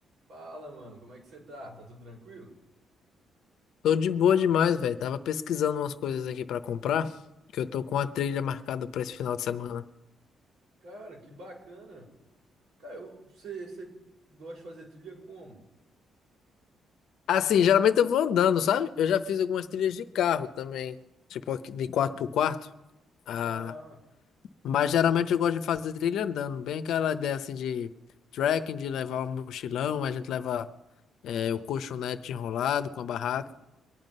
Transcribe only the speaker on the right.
Fala, mano, como é que você tá? Tá tudo tranquilo?
Cara, que bacana. Cara, eu- você, você gosta de fazer trilha como?
Ah,